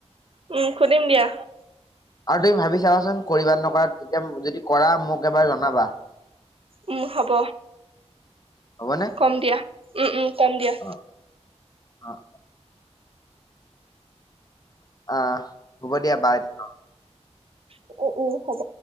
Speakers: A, on the right (about 55°); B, on the left (about 35°).
A: উম, সুধিম দিয়া।
B: আৰু তুমি ভাবি চাবাচোন কৰিবা নকৰা, তেতিয়া যদি কৰা মোক এবাৰ জনাবা।
A: উম হব,
B: হ'বনে
A: কম দিয়া, উম উম। কম দিয়া।
B: অ অ', আহ, হ'ব দিয়া, বাই <unintelligible>
A: <unintelligible> হ'ব